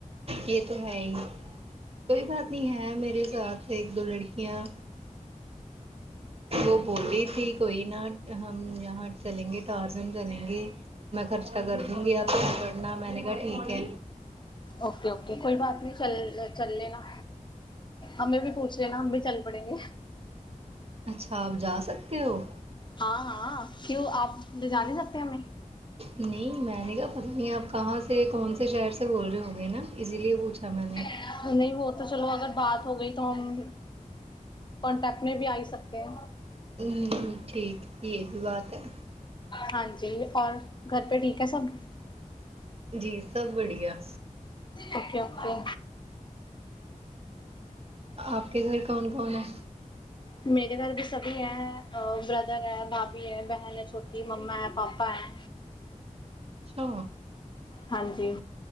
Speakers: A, on the right; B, on the left.
A: ਇਹ ਤੇ ਹੈ ਹੀ। ਕੋਈ ਬਾਤ ਨੀ ਹੈ ਮੇਰੇ ਸਾਥ ਇੱਕ ਦੋ ਲੜਕੀਆਂ ਉਹ ਬੋਲ ਰਹੀ ਥੀ ਕੋਈ ਨਾ ਹਮ ਯਹਾਂ ਚਲੇਂਗੇ ਟਾਰਜ਼ਨ ਬਣੇਗੇ। ਮੈਂ ਖਰਚਾ ਕਰ ਦੂੰਗੀ ਆਪ ਚਲ ਪੜ੍ਹਨਾ ਮੈਂਨੇ ਕਹਾ ਠੀਕ ਹੈ।
B: ਓਕੇ ਓਕੇ ਕੋਈ ਬਾਤ ਨੀ ਚੱਲ ਚੱਲ ਲੇਨਾ। ਹਮੇ ਵੀ ਪੁੂਛ ਲੇਨਾ ਹਮ ਵੀ ਚੱਲ ਪੜੇਗੇ।
A: ਅੱਛਾ ਆਪ ਜਾ ਸਕਦੇ ਹੋ?
B: ਹਾਂ ਹਾਂ ਕਿਉਂ ਆਪ ਲਿਜਾ ਨਹੀਂ ਸਕਦੇ ਹਮੇ।
A: ਨਹੀਂ ਮੈਂ ਨਹੀਂ। ਪਤਾ ਨਹੀਂ ਆਪ ਕਹਾਂ ਸੇ ਕੌਣ ਸੇ ਸ਼ਹਿਰੇ ਸੇ ਬੋਲ ਰਹੇ ਹੋਗੇ ਨਾ ਇਸੀ ਲਈਏ ਪੁੂੱਛਾ ਮੈਂਨੇ।
B: ਨਹੀਂ ਬਹੁ <unintelligible> ਤੋ ਚਲੋ ਅਗਰ ਬਾਤ ਹੋ ਗਈ ਤਾਂ ਹਮ ਕੋਂਟੈਕਟ ਮੈਂ ਵੀ ਆ ਹੀ ਸਕਦੇ।
A: ਹਮ ਠੀਕ ਇਹ ਵੀ ਬਾਤ ਹੈ।
B: ਹਾਂਜੀ ਔਰ ਘਰ ਪੇ ਠੀਕ ਹੈ ਸਭ।
A: ਜੀ ਸਬ ਬੜੀਆ।
B: Okay okay.
A: ਆਪ ਕੇ ਘਰ ਕੌਣ ਕੌਣ ਹੈ?
B: ਮੇਰੇ ਘਰ ਵੀ ਸਭੀ ਹੈ, ਬ੍ਰਦਰ ਹੈ, ਭਾਭੀ ਹੈ, ਬਹਿਨ ਹੈ ਛੋਟੀ, ਮੰਮਾ ਹੈ, ਪਾਪਾ ਹੈ।
A: ਅੱਛਾ।
B: ਹਾਂਜੀ,